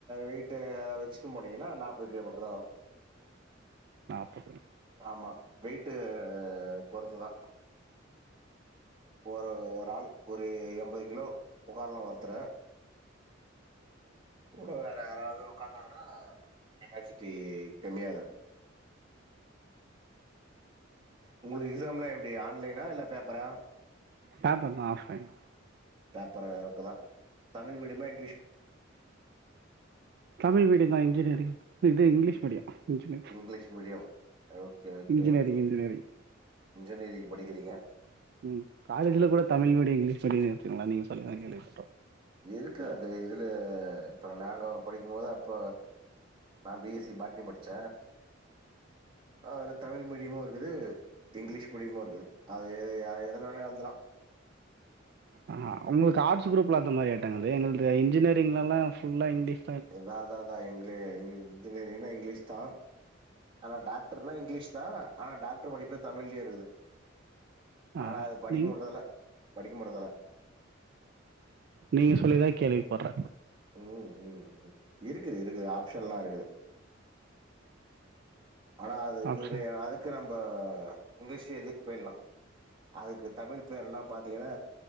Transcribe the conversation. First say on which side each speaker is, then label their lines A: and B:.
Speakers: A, on the right; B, on the right.
A: வெய்டு வச்சுட் போனிங்னா நாபது கிலோமீடர் தா வரு
B: நாபது கிலோமீட்டர்
A: ஆமா வெய்ட்டு பொறுத்துதா ஒரு ஒரு ஆள் ஒரு எம்பது கிலோ உகாரலா ஒருத்தற கூட வேற யாராவது உகாந்தானா கெபாசிடி கமியாது உங்களுகு எக்ஸாம்லா எப்டி ப்டி ஆன்லைனா இல்ல பேபரா
B: பேப்பர் தா ஆஃப்லைன்
A: பேப்பராக்கலா தமிழ் மீடியமா இங்
B: தமிழ் மீடிய தா இன்ஜினியர் இது English medium engineer
A: English medium okay okay
B: engineering
A: okay
B: engineering
A: engineering படிக்கிறீங்க
B: ம் காலேஜ்ல கூட தமிழ் மீடியோ இங்லீஷ் மீடியோ இருக்குங்ளா நீங்க சொல்லிதா கேள்விபட்டோ
A: இருக்கு அது இதில இப்ப நாங்கோ படிக்கு போது அப்ப நா பி எஸ் சி பாட்னி படிச்ச ஆ அதுல தமிழு மீடியமு இருகுது இங்லீஷ் மீடியமு இருகுது அது எது எதுல வேணா எழுதுலா
B: ஆ உங்ளுகு ஆட்ஸ் குரூப்லந்த மாரி இரு ங்கது எங்குள்து இன்ஜினிரிங் எல்லா ஃபுல்லா இங்லிஷ்
A: எதா அதா தா எங்ளே இன்ஜினியரிங்னா இங்லீஷ் தா ஆனா டாக்டர்னா இங்லீஷ் தா ஆனா டாக்டர் படிபே தமிழே இருகுது
B: ஆ
A: ஆனா அது படிக்க
B: நீ
A: முட்றதுல படிக்கமடதல
B: நீங்க சொல்லிதா கேள்வி படுற
A: ம் ம் இருக்குது இருக்குது ஆப்ஷன்லா இருக்குது ஆனா அதுகுனு
B: ஆப்ஷன்
A: அதுக்கு நம் ப்ப இங்லீஷ்லயே எழிதிட் பொய்லா அதுகு தமிழ் பேர்லா பாத்தீங்கனா